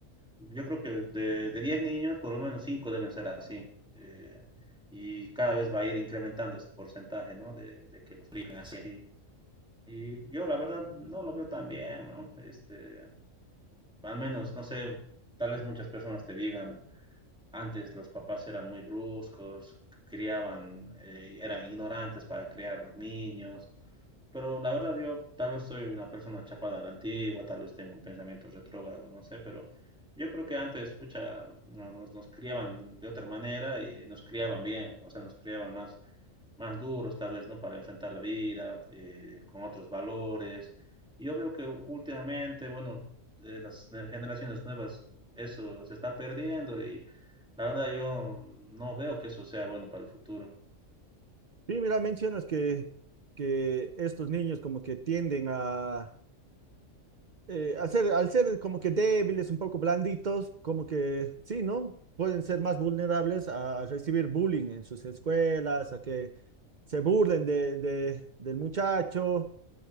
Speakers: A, in the centre; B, on the right.
A: yo creo que de, de 10 niños, por lo menos 5 deben ser así. eh, y cada vez va a ir incrementando ese porcentaje, ¿no? De, de que los crían así. Y yo la verdad no lo veo tan bien, ¿no? Este, al menos, no sé, tal vez muchas personas te digan, antes los papás eran muy bruscos, criaban, eh, eran ignorantes para criar los niños, pero la verdad yo tal vez soy una persona chapada a la antigua, tal vez tengo un pensamiento retrógrado, no sé, pero yo creo que antes, pucha, no- nos, nos criaban de otra manera y nos criaban bien, o sea, nos criaban más más duros tal vez, ¿no? Para enfrentar la vida, eh, con otros valores. Y yo veo que últimamente, bueno, eh, las generaciones nuevas, eso se está perdiendo y la verdad yo no veo que eso sea bueno para el futuro.
B: Sí, mira, mencionas que, que estos niños como que tienden a, eh, a ser, al ser como que débiles, un poco blanditos, como que sí, ¿no? Pueden ser más vulnerables a recibir bullying en sus escuelas, a que se burlen de, de- del muchacho,